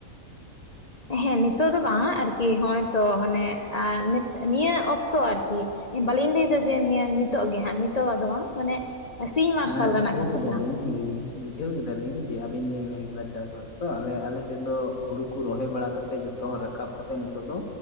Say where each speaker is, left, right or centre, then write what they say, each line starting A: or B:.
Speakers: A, on the left; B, on the left.
A: ᱦᱮᱸ ᱱᱤᱛᱚᱜ ᱫᱚ ᱵᱟᱝ ᱟᱨᱠᱤ ᱦᱚᱸᱜᱚᱭ ᱛᱚ ᱢᱟᱱᱮ ᱟᱨ ᱱᱤᱭᱟᱹ ᱚᱠᱛᱚ ᱟᱨᱠᱤ ᱵᱟᱹᱞᱤᱧ ᱞᱟᱹᱭᱫᱟ ᱡᱮ ᱱᱤᱭᱟᱹ ᱱᱤᱛᱚᱜ ᱜᱮ ᱦᱟᱸᱜ ᱱᱤᱛᱚᱜᱟ ᱫᱚ ᱵᱟᱝ ᱢᱟᱱᱮ ᱥᱤᱧ ᱢᱟᱨᱥᱟᱞ
B: ᱦᱮᱸ
A: ᱨᱮᱱᱟᱜ
B: ᱵᱩᱡᱷᱟᱹᱣ
A: ᱠᱟᱛᱷᱟ
B: ᱠᱮᱫᱟ
A: ᱡᱟᱦᱟᱸ
B: ᱞᱤᱧ ᱵᱩᱡᱷᱟᱹᱣ ᱠᱮᱫᱟ ᱞᱤᱧ ᱡᱮ ᱟᱵᱤᱱ ᱵᱤᱱ ᱢᱮᱱ ᱠᱮᱫᱟ ᱪᱟᱥ ᱵᱟᱥ ᱛᱚ ᱟᱞᱮ ᱟᱞᱮ ᱥᱮᱫ ᱫᱚ ᱦᱩᱲᱩ ᱠᱚ ᱨᱚᱦᱚᱭ ᱵᱟᱲᱟ ᱠᱟᱛᱮ ᱡᱚᱛᱚ ᱛᱚ ᱦᱚᱲ ᱨᱟᱠᱟᱵ ᱠᱟᱛᱮᱜ ᱱᱤᱛᱚᱜ ᱫᱚ